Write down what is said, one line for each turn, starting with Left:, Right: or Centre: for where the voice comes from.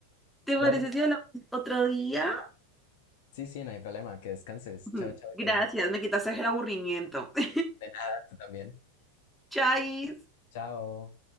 Centre: ¿Te
Left: Dale.
Centre: parece si hablamos otro día?
Left: Sí, sí, no hay problema. Que descanses.
Centre: <laughs> Ujú.
Left: Chao, chao,
Centre: Gracias,
Left: Jaina.
Centre: me quitaste el aburrimiento. <laughs>
Left: De nada, tú también.
Centre: Chais.
Left: Chao.